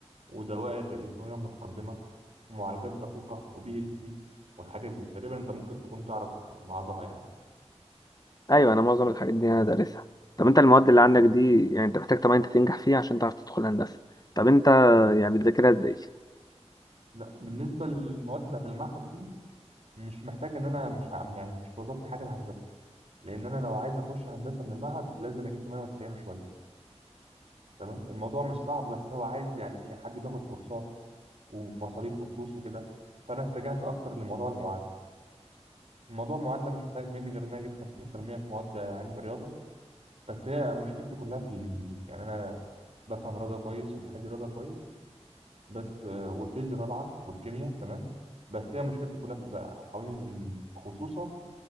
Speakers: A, on the right (about 70°); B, on the left (about 35°).
A: ودوائر الكترونيه متقدمه ومعالجات دقيقه وبي ال سي والحاجات دي تقريبا انت ممكن تكون تعرف بعضها يعني
B: ايوه انا معظم الحاجات دي انا دارسها طب انت المواد اللي عندك
A: لا
B: دي يعني انت محتاج طبعا انت تنجح فيها عشان تعرف تدخل هندسة طب انت يعني بتذاكرها ازاي؟
A: لا، بالنسبه للمواد بتاعت المعهد دي مش محتاج ان انا مش عم يعني مش بتوظفني حاجه الهندسه لان انا لو عايز اخش هندسه من المعهد لازم اجيب 98 وشويه تمام الموضوع مش صعب بس هو عايز يعني ايه حد بياخد كورسات ومصاريف وفلوس وكده فانا اتجهت اكتر لموضوع المعادله الموضوع المعادله مش محتاج مني غير ان انا اجيب 50% في المية في مواد علم الرياضه بس هي مشكلتي كلها في الانجليزي يعني انا بفهم رياضه كويس وبحل رياضه كويس بس آه، والفيزياء طبعا والكيمياء تمام بس هي مشكلتي كلها بتبقى حوالين الانجليزي خصوصا